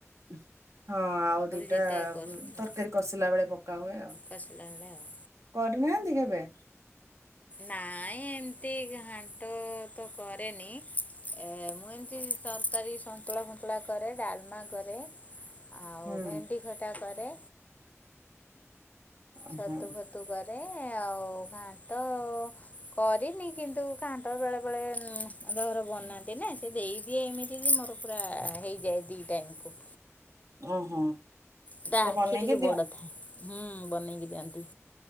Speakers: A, on the right; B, on the left.
A: ଉଁ ହଁ ଆଉ ଦିଇଟା
B: ଯେତେ କଷୁଥିବ
A: ତରକାରୀ କଷିଲା ବେଳେ ପକା ହୁଏ ଆଉ।
B: କଷିଲା ବେଳେ ଆଉ।
A: କରିନାହାନ୍ତି କେବେ?
B: ନାଇଁ ଏମିତି ଘାଣ୍ଟ ତ କରେନି। ଏ ମୁଁ ଏମିତି ତରକାରୀ ସନ୍ତୁଳା ଫନ୍ତୁଳା କରେ ଡାଲମା କରେ। ଆଉ
A: ହୁଁ
B: ଭେଣ୍ଡି ଖଟା କରେ।
A: ଓହୋ
B: ଛତୁ ଫତୁ କରେ ଆଉ ଘାଣ୍ଟ କରିନି କିନ୍ତୁ ଘାଣ୍ଟ ବେଳେ ବେଳେ ଅନ୍ତ ଘର ବନାନ୍ତି ନା ସିଏ ଦେଇଦିଏ ଏମିତି ଯେ ମୋର ପୁରା ହେଇଯାଏ ଦିଇ ଟାଇମକୁ।
A: ଓହୋ।
B: ତା
A: ସେ
B: ଆଖି
A: ବନେଇକି
B: ଟିକେ ବଡ
A: ଦିଅନ୍ତି।
B: ଥାଏ ହୁଁ ବନେଇକି ଦିଅନ୍ତି।